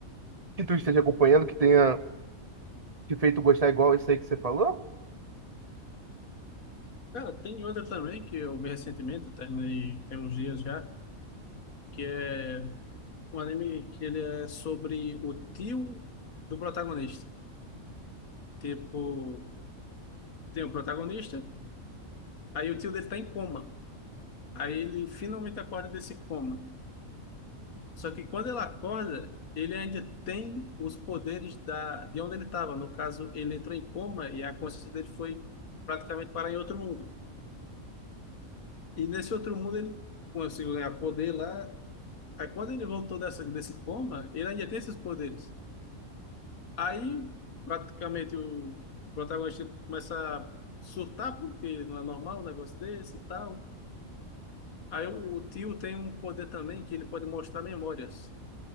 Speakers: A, on the right; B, on the left.
A: que tu esteja acompanhando que tenha te feito gostar igual esse aí que você falou?
B: Cara, tem outra também que eu vi recentemente, eu terminei tem uns dias já, que é um anime que ele é sobre o tio do protagonista. Tipo, tem um protagonista, aí o tio dele tá em coma. Aí ele finalmente acorda desse coma. Só que quando ele acorda, ele ainda tem os poderes da, de onde ele estava. No caso, ele entrou em coma e a consciência dele foi praticamente parar em outro mundo. E nesse outro mundo ele conseguiu ganhar poder lá, Aí quando ele voltou dessa, desse coma, ele ainda tem esses poderes. Aí, praticamente, o protagonista começa a surtar, porque não é normal um negócio desse e tal. Aí o, o tio tem um poder também, que ele pode mostrar memórias.